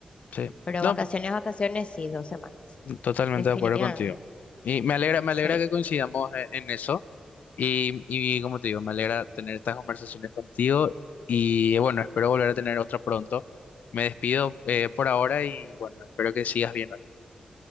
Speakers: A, on the left; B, on the left.
A: sí.
B: Pero
A: No,
B: vacaciones,
A: pues,
B: vacaciones, sí, dos semanas,
A: totalmente
B: definitivamente.
A: de acuerdo contigo. Y me alegra, me
B: Sí,
A: alegra que coincidamos e- en eso. Y, y como te digo, me alegra tener estas conversaciones contigo y eh, bueno, espero volver a tener otra pronto. Me despido eh, por ahora y bueno, espero que sigas bien hoy.